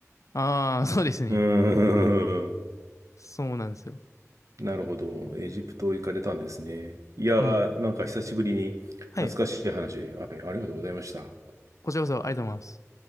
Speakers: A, on the left; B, on the right.
A: ああ、そうですね。
B: うん。
A: そうなんですよ。
B: なるほど。エジプト行かれたんですね。いやー、
A: うん。
B: なんか久しぶりに懐かしい話、
A: はい。
B: はい、ありがとうございました。
A: こちらこそありがとうございます。